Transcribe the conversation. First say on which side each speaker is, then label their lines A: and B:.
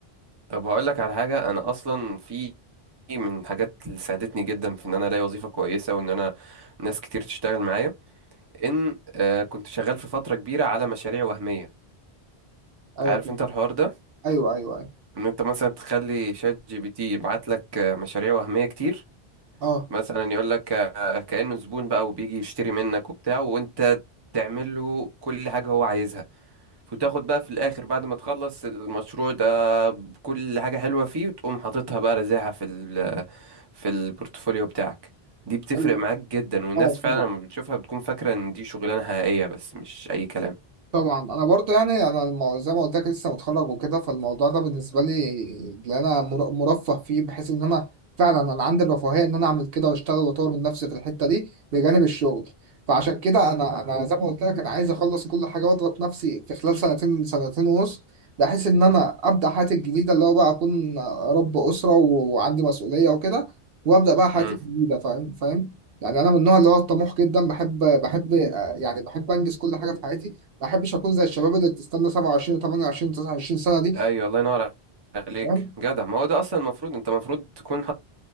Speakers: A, on the right; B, on the right.
A: طب هقول لك على حاجة انا اصلا في من حاجات اللي ساعدتني جدا في ان انا الاقي وظيفة كويسة وان انا ناس كتير تشتغل معايا ان آه، كنت شغال في فترة كبيرة على مشاريع وهمية
B: ايوه
A: عارف انت الحوار ده
B: ايوه ايوه ايوه
A: ان انت مثلا تخلي شات جي بي تي يبعت لك آه، مشاريع وهمية كتير
B: اه
A: مثلا يقول لك آه، كأنه زبون بقى وبيجي يشتري منك وبتاع وانت تعمل له كل حاجة هو عايزها وتاخد بقى في الآخر بعد ما تخلص المشروع ده بكل حاجة حلوة فيه وتقوم حاططها بقى رزاعة في ال في البورتفوليو بتاعك دي بتفرق
B: أيوه،
A: معاك جدا والناس
B: اه
A: فعلا
B: طبعا
A: لما بتشوفها بتكون فاكرة ان دي شغلانة حقيقية بس مش أي كلام
B: طبعا انا برضو يعني انا المو- زي ما قلت لك لسه متخرج وكده فالموضوع ده بالنسبه لي اللي انا مر- مرفه فيه بحيث ان انا فعلا انا عندي الرفاهيه ان انا اعمل كده واشتغل واطور من نفسي في الحته دي بجانب الشغل فعشان كده انا انا زي ما قلت لك انا عايز اخلص كل حاجه واضغط نفسي في خلال سنتين سنتين ونص بحيث ان انا ابدا حياتي الجديده اللي هو بقى اكون رب اسره و- وعندي مسؤوليه وكده وابدا بقى حياتي
A: امم
B: الجديده فاهم فاهم يعني انا من النوع اللي هو الطموح جدا بحب بحب يعني بحب انجز كل حاجه في حياتي ما احبش اكون زي الشباب اللي بتستنى 27 و28 29 سنه دي
A: ايوه الله ينور عليك
B: تمام
A: جدع ما هو ده اصلا المفروض انت المفروض تكون